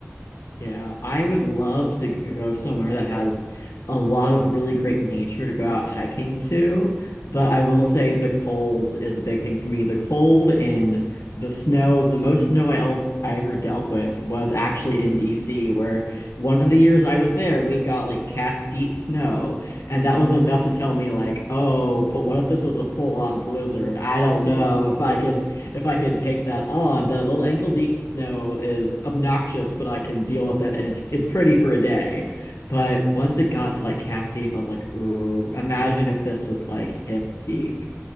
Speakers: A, on the left; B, on the left.
A: Yeah, I would love to g- go somewhere that has a lot of really great nature to go out hiking to, but I will say the cold is a big thing for me. The cold and the snow, the most snow I ever I ever dealt with was actually in DC, where one of the years I was there, we got like calf deep snow, and that
B: Oh
A: was
B: wow.
A: enough to tell me like, oh, but what if this was a full on blizzard? I
B: <laughs>
A: don't know if I could if I could take that on. The little ankle deep snow is obnoxious, but I can deal with it, and it's, it's pretty for a day. But
B: Mhm.
A: once it got to like calf deep, I was like, ooh, imagine if this was like hip deep.